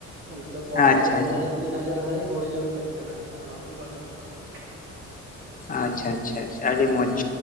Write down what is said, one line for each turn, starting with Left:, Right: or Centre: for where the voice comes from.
Right: ᱚᱱᱠᱟᱹ ᱯᱚᱱᱨᱚ
Left: ᱟᱪᱪᱷᱟ
Right: ᱥᱚ ᱫᱩ ᱦᱟᱡᱟᱨ ᱛᱤᱱ ᱦᱟᱡᱟᱨ ᱫᱷᱟᱹᱨᱤᱡ ᱵᱳᱲᱳ ᱡᱳᱨ ᱠᱷᱮᱞ ᱪᱟᱞᱟᱜᱼᱟ ᱚᱱᱟ ᱠᱷᱚᱱ ᱵᱟᱹᱲᱛᱤ ᱵᱟᱝ ᱪᱟᱞᱟᱜᱼᱟ
Left: ᱟᱪᱪᱷᱟ ᱟᱪᱪᱷᱟ ᱟᱪᱪᱷᱟ ᱟᱹᱰᱤ ᱢᱚᱸᱡᱽ